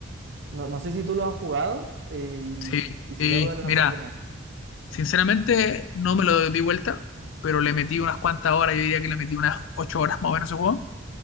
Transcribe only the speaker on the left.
sí,
sí.
Mira,
sinceramente no me lo di vuelta, pero le metí unas cuantas horas, yo diría que le metí unas 8 horas más o menos a ese juego.